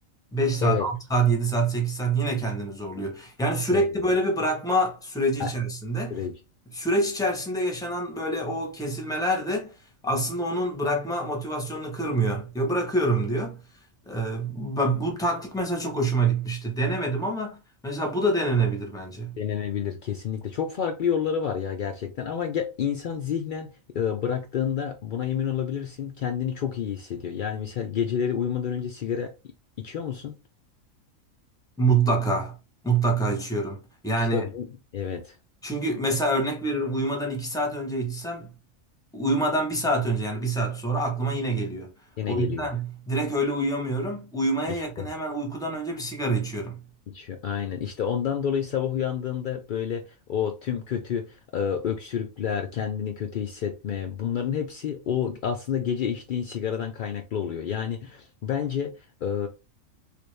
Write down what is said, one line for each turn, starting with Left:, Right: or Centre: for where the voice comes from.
Centre: Beş saat,
Left: Evet.
Centre: 6 saat, 7 saat, 8 saat yine kendini zorluyor. Yani sürekli
Left: Doğru.
Centre: böyle bir bırakma süreci
Left: Ha,
Centre: içerisinde
Left: Süreci.
Centre: süreç içerisinde yaşanan böyle o kesilmeler de aslında onun bırakma motivasyonunu kırmıyor. Ya bırakıyorum diyor. Ee, ba- bu taktik mesela çok hoşuma gitmişti. Denemedim ama mesela bu da denenebilir bence.
Left: Denenebilir kesinlikle. Çok farklı yolları var ya gerçekten ama ge- insan zihnen e, bıraktığında buna emin olabilirsin. Kendini çok iyi hissediyor. Yani mesela geceleri uyumadan önce sigara i- içiyor musun?
Centre: Mutlaka. Mutlaka içiyorum. Yani
Left: İşte bu evet
Centre: çünkü mesela örnek veriyorum uyumadan iki saat önce içsem uyumadan bir saat önce yani bir saat sonra aklıma yine geliyor.
Left: yine
Centre: O
Left: geliyor.
Centre: yüzden direkt öyle uyuyamıyorum. Uyumaya
Left: İşte
Centre: yakın hemen uykudan önce bir sigara içiyorum.
Left: içiyor. Aynen. İşte ondan dolayı sabah uyandığında böyle o tüm kötü e, öksürükler, kendini kötü hissetme bunların hepsi o aslında gece içtiğin sigaradan kaynaklı oluyor. Yani bence e,